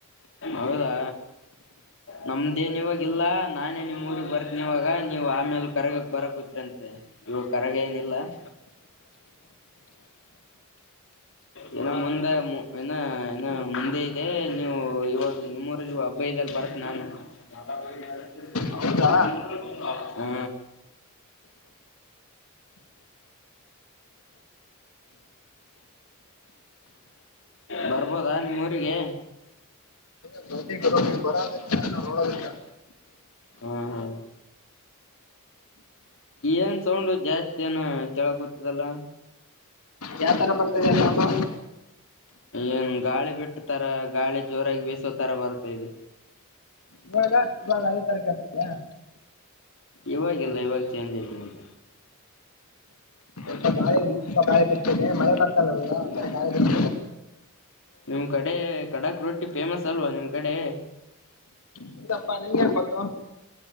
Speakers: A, on the left (about 60°); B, on the left (about 85°).
A: ಹೌದಾ. ನಮ್ದೇನ್ ಇವಾಗಿಲ್ಲಾ ನಾನೇ ನಿಮ್ ಊರಿಗ್ ಬರ್ತಿನೀ ಇವಾಗ ನೀವ್ ಆಮೇಲ್ ಕರಗಕ್ ಬರಕಕುತ್ರಿ ಅಂತ ಇವು ಕರಗ ಏನಿಲ್ಲ. <inaudible> ಇನ್ನ ಮುಂದ ಇನ್ನ ಇನ್ನ ಮುಂದೆ ಇದೆ ನೀವು ಓ ಇವಾಗ ನಿಮ್ಮರಲ್ಲಿ ಹಬ್ಬ ಇದೆಯಲ್ಲ ಬರ್ತೇನ ನಾನು <unintelligible>
B: ಹೌದಾ
A: ಹಾ. ಬರ್ಬೋದಾ ನಿಮ್ಮೂರಿಗೆ
B: <inaudible> ನೀ ಬರೋದ ಹೆಚ್ಚಾ ನಾವ್ ನೋಡೋದ ಹೆಚ್ಚಾ.
A: ಹಾ ಹಾ. ಏನ್ ಸೌಂಡ್ ಜಾಸ್ತಿ ಏನ ಕೇಳಕ್ತದಲ್ಲ
B: ಯಾ ತರ ಬರ್ತದೆ ಸೌಂಡು
A: ಏನ್ ಗಾಳಿ ಬಿಟ್ಟ ತರ ಗಾಳಿ ಜೋರಾಗಿ ಬೀಸೋ ತರ ಬರುತ್ತೈದೆ
B: ಇವಾಗ ಇವಾಗ ಅದೇ ತರ ಕೇಳತ್ತದ
A: ಇವಾಗ ಇಲ್ಲ ಇವಾಗ ಚೇಂಜ್ ಐತ್ ನೋಡ್
B: ಸ್ವಲ್ಪ ಗಾಳಿ ಇಲ್ಲಿ ಸ್ವಲ್ಪ ಗಾಳಿ ಬಿಸ್ತೈದೆ ಮಳೆ ಬರ್ತಲ್ಲ ಇವಾಗ ಗಾಳಿ ಬಿಸ್
A: ನಿಮ್ ಕಡೆ ಕಡಾಕ್ ರೊಟ್ಟಿ ಫೇಮಸ್ ಅಲ್ವಾ ನಿಮ್ ಕಡೆ
B: ಹೌದಪ್ಪ ನಿನ್ನಗೇನ್ ಗೊತ್ತು